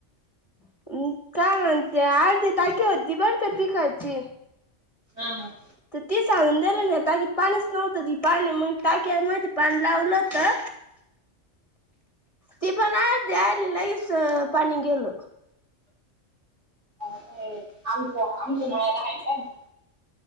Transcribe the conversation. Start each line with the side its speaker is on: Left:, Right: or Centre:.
Left: ् काय म्हणते अर्धी टाकी होती बर क ती खची
Right: हम
Left: तर ती सांधून दिले नाही ताकीत पाणीच नव्हतं ती पाणी ताक्या मध्ये पाणी लावलं तर तीपणा जललास पण केलू
Right: अरे आमचं आमचं नळायला हयचय मग